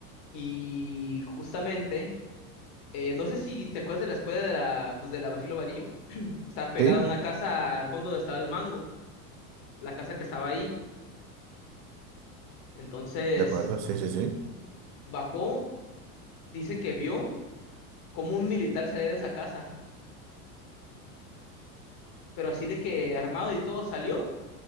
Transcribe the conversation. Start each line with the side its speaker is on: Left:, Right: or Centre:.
Left: y justamente Eh, no sé si te acuerdas de la escuela de la, pues de la Basilio Vadillo. Estaba pegada
Right: Sí,
Left: a una casa al fondo donde estaba el mango, la casa que estaba ahí. Entonces
Right: de acuerdo, sí, sí, sí.
Left: bajó, dice que vio cómo un militar salía de esa casa, pero así de que armado y todo salió.